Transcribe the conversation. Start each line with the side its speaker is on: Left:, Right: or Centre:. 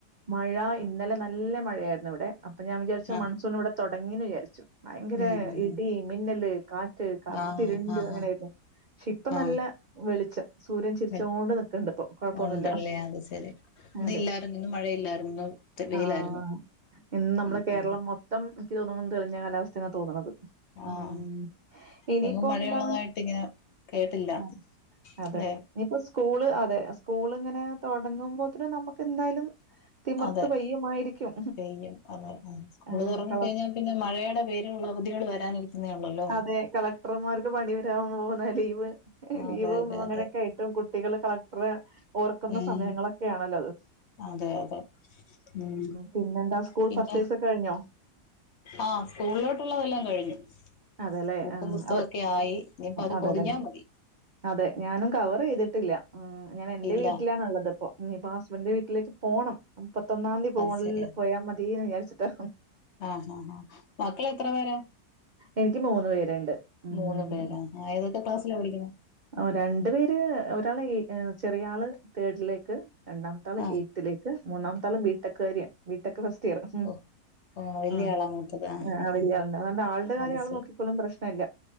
Right: മഴ ഇന്നലെ നല്ല മഴയായിരുന്നു ഇവിടെ അപ്പൊ ഞാൻ വിചാരിച്ചു
Left: ആഹ്
Right: മൺസൂൺ ഇവിടെ തുടങ്ങിന്ന് വിചാരിച്ചു ഭയങ്കര
Left: ഉം
Right: ഇടി മിന്നല് കാറ്റ് കറുത്തിരുണ്ട്
Left: ആഹ് ആഹ്
Right: അങ്ങനെയായിരുന്നു പക്ഷെ ഇപ്പ
Left: ആഹ്
Right: നല്ല വെളിച്ചം സൂര്യൻ ചിരിച്ചോണ്ട്
Left: ആഹ്
Right: നിക്കണ്ട് ഇപ്പൊ കൊഴപ്പൊന്നുമില്ല
Left: ഉണ്ടല്ലേ അത് ശരി ഇന്ന്
Right: അതെ
Left: ഇല്ലായിരുന്നു ഇന്ന് മഴയില്ലായിരുന്നു ഇന്ന് വെയിലായിരുന്നു
Right: ആഹ് ഇന്ന് നമ്മുടെ
Left: ഉം
Right: കേരളം
Left: ഉം
Right: മൊത്തം മൊത്തം എനിക്ക് തോന്നുന്നത് തെളിഞ്ഞ കാലാവസ്ഥന്നാ തോന്നുന്നത് ഉം
Left: ആഹ്
Right: ഇനിയിപ്പം
Left: എങ്ങും മഴയുള്ളതായിട്ട്
Right: എന്താണ്
Left: ഇങ്ങനെ കേട്ടില്ല
Right: ആ, അതെ
Left: അല്ലെ
Right: ഇനിയിപ്പോ സ്കൂള് അതെ സ്കൂൾ ഇങ്ങനെ തുടങ്ങുമ്പോത്തനും നമുക്ക് എന്തായാലും തിമിർത്ത്
Left: അതെ
Right: പെയ്യുമായിരിക്കും.
Left: പെയ്യും അതെ ഉം സ്‌കൂള്
Right: ആഹ്
Left: തുടങ്ങിക്കഴിഞ്ഞാൽ
Right: കള
Left: പിന്നെ മഴയുടെ പേരുള്ള അവധികൾ വരാനിരിക്കുന്ന എന്നെ ഉള്ളല്ലോ
Right: അതെ കളക്ടർമാർക്ക് പണി വരാൻ പോകുന്ന ലീവ്
Left: അതെ
Right: ലീവ്
Left: അതെ
Right: അങ്ങനെയൊക്കെ
Left: അതെ
Right: മറ്റും കുട്ടികൾ കളക്ടറെ ഓർക്കുന്ന
Left: ഉം
Right: സമയങ്ങളൊക്കെയാണല്ലോ അത്
Left: അതെ അതെ ഉം
Right: പിന്നെന്താ സ്കൂൾ
Left: പിന്നെ
Right: പർച്ചേസ് ഒക്കെ കഴിഞ്ഞോ?
Left: ആ സ്കൂളിലോട്ടുള്ളതെല്ലാം കഴിഞ്ഞു
Right: അതെല്ലേ
Left: ബുക്കും
Right: ആഹ്
Left: പുസ്തകൊക്കെ
Right: അവ
Left: ആയി ഇഞ്ഞിപ്പോ അത്
Right: അതെല്ലേ
Left: പൊതിഞ്ഞാ മതി
Right: അതെ ഞാനും കവർ ചെയ്തിട്ടില്ല ഉം ഞാൻ എന്റെ
Left: ഇല്ല
Right: വീട്ടിലാണുള്ളത് ഇപ്പോ ഇഞ്ഞ് ഇപ്പൊ ഹസ്ബൻഡിന്റെ വീട്ടിലേക്ക് പോണം മുപ്പത്തൊന്നാംതീ പോക
Left: അത് ശരിയാ
Right: പോയാ മതിന്ന് വിചാരിച്ചിട്ടാ
Left: ആഹ് ആഹാ ആഹ് ബാക്കിളെ എത്ര പേരാ
Right: എനിക്ക് മൂന്ന് പേരുണ്ട് ഉം.
Left: മൂന്ന് പേരാ ആ ഏതൊക്കെ ക്ലാസ്സിലാ പഠിക്കുന്നെ
Right: ആ രണ്ടു പേര് ഒരാൾ ചെറിയ ആള് തേർഡിലേക്ക് രണ്ടാമത്തെ ആള്
Left: ആ
Right: എയ്ത്തിലേക്ക് മൂന്നാമ ത്താള് ബി ടെക്കാരിയാണ് B tech first first year
Left: ഓ ഓ വല്യ
Right: ആ
Left: ആളാ മൂത്തത് ആ
Right: ആളില്ല
Left: ആ
Right: അതോണ്ട് ആളുടെ കാര്യ
Left: അത് ശരി
Right: ലും പ്രശ്നല്ല